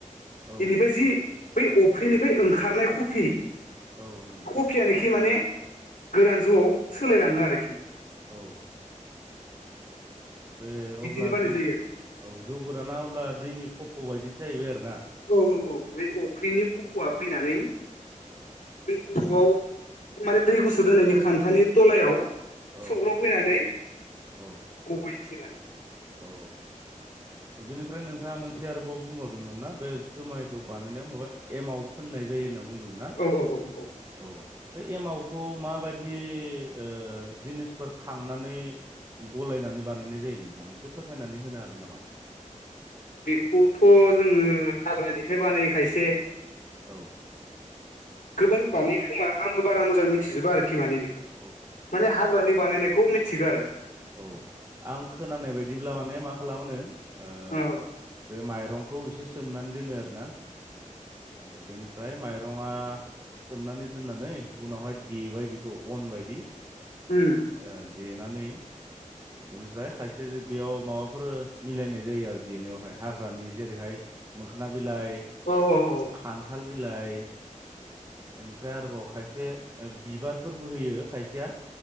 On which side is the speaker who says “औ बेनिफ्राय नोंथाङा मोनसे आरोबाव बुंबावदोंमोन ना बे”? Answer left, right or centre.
Right